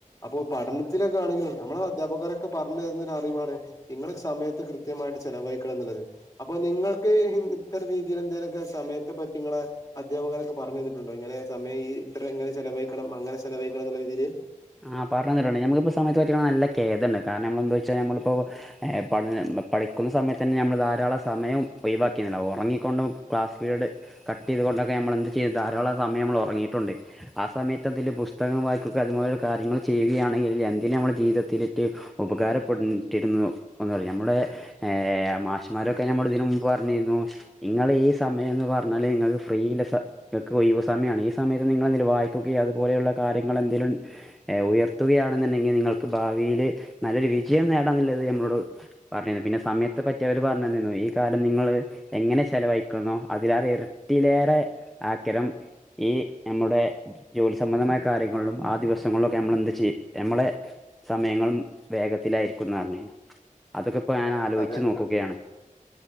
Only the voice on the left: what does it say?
അപ്പൊ പഠനത്തിലൊക്കെ ആണെങ്കിലും നമ്മളെ അധ്യാപകരൊക്കെ പറഞ്ഞു തരുന്ന ഒരറിവാണ് നിങ്ങൾ സമയത്ത് കൃത്യമായിട്ട് ചെലവഴിക്കണം എന്നുള്ളത്. അപ്പൊ നിങ്ങൾക്ക് ഇത്തരം രീതിയിൽ എന്തേലുമൊക്കെ സമയത്തെ പറ്റി ഇങ്ങളെ അധ്യാപകര് ഒക്കെ പറഞ്ഞ് തന്നിട്ടുണ്ടോ? ഇങ്ങനെ സമയം ഈ ഇത്ര ഇങ്ങനെ ചെലവഴിക്കണം അങ്ങനെ ചെലവഴിക്കണം എന്നുള്ള രീതിയില്
അതെ